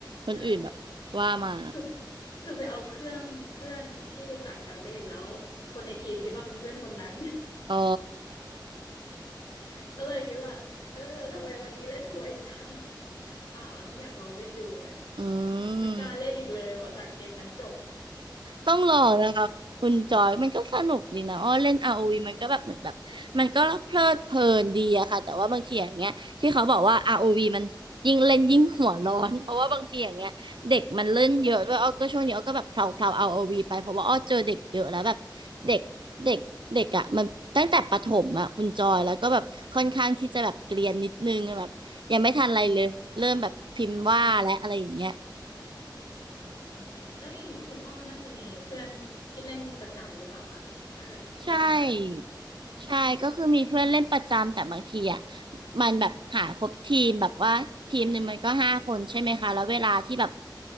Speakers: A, on the right; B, on the left.
A: คนอื่นแบบว่ามา
B: <laughs> คือคือไปเอาเครื่องเพื่อนที่รู้จักกันเล่นแล้วคนในทีมคิดว่าเป็นเพื่อนคนนั้น
A: อ๋อ
B: <laughs> ก็เลยคิดว่าเออทำไมวันนี้เล่นหวยจัง <laughs> เปล่าอันนี้อยากลองเล่นดูไง
A: อืม
B: ไม่กล้าเล่นอีกเลยพอจากเกมนั้นจบ
A: ต้องลองนะคะคุณจอยมันก็สนุกดีนะอ้อเล่น r วีมันก็แบบเหมือนแบบมันก็เพลิดเพลินดีอะค่ะแต่ว่าบางทีอย่างเงี้ยที่เขาบอกว่าอาร์โอว v มันยิ่งเล่นยิ่งหัวร้อนเพราะว่าบางทีอย่างเงี้ยเด็กมันเล่นเยอะด้วยอ้อก็ช่วงนี้อ้อก็แบบเพลาเพลา r วีไปเพราะว่าอ้อเจอเด็กเยอะแล้วแบบเด็กเด็กเด็กอะมันตั้งแต่ประถมอะคุณจอยแล้วก็แบบค่อนข้างที่จะแบบเกรียนนิดนึงแบบยังไม่ทันอะไรเลยเริ่มแบบพิมพ์ว่าและอะไรอย่างเงี้ย
B: อืมโอ้ยแล้วอย่างนี้คุณอ้อน่าจะมีเพื่อนที่เล่นประจำหรือเปล่าคะถ้าเกิดเล่นนานกัน
A: ใช่ใช่ก็คือมีเพื่อนเล่นประจำแต่บางทีอ่ะมันแบบหาครบทีมแบบว่าทีมหนึ่งมันก็ห้าคนใช่ไหมคะแล้วเวลาที่แบบ